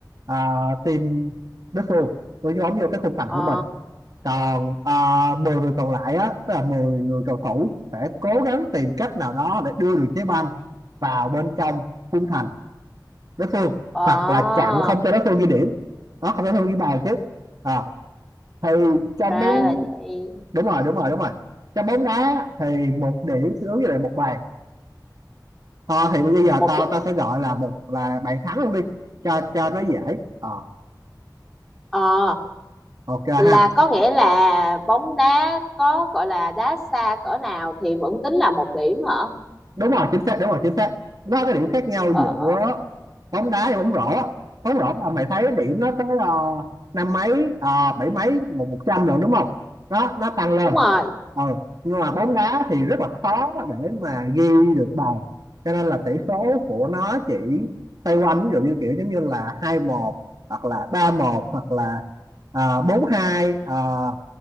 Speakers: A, on the right; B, in the centre.
A: à, team đối phương đưa dấu ống vô cái khung thành
B: ờ
A: của mình còn à, 10 người còn lại á tức là 10 người cầu thủ sẽ cố gắng tìm cách nào đó để đưa được trái banh vào bên trong khung thành đối phương
B: ờ
A: hoặc là chặn không cho đối phương ghi điểm đó không cho đối phương ghi bàn chứ à, thì trong
B: ra
A: bóng
B: là vậy
A: đúng rồi đúng rồi đúng rồi trong bóng đá thì một điểm sẽ ứng với lại một bàn Ờ, thì bây giờ
B: một
A: tao
B: đ...
A: tao sẽ gọi là một là bạn thắng luôn đi cho cho nó dễ Ờ,
B: ờ
A: ok
B: là
A: ha
B: có nghĩa là bóng đá có gọi là đá xa cỡ nào thì vẫn tính là một điểm hả
A: đúng rồi chính xác đúng rồi chính xác nó có cái điểm khác nhau
B: ờ
A: giữa bóng đá và bóng rổ á. bóng rổ là mày thấy điểm nó tới ờ, năm mấy ờ, bảy mấy một một trăm rồi đúng không đó nó tăng lên
B: đúng rồi
A: ừ nhưng mà bóng đá thì rất là khó để mà ghi được bàn cho nên là tỷ số của nó chỉ xoay quanh ví dụ như kiểu giống như là hai một hoặc là ba một hoặc là à, bốn hai À,